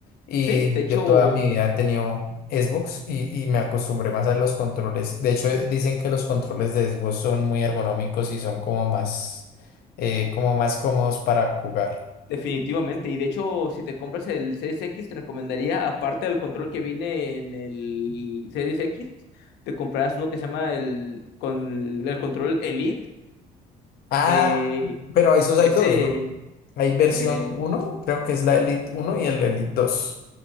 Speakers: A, on the left; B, on the left.
A: Y
B: Sí, de hecho,
A: yo toda
B: ujú.
A: mi vida he tenido Xbox y, y me acostumbré más a los controles. De hecho, dicen que los controles de Xbox son muy ergonómicos y son como más, eh, como más cómodos para jugar.
B: Definitivamente, y de hecho, si te compras el Series X, te recomendaría, aparte del control que viene en el Series X, te comprarás uno que se llama el, con, el control Elite.
A: Ah,
B: eh,
A: pero esos hay
B: ese,
A: dos, ¿no? Hay versión
B: eh,
A: uno, creo que es la Elite uno y el Elite dos.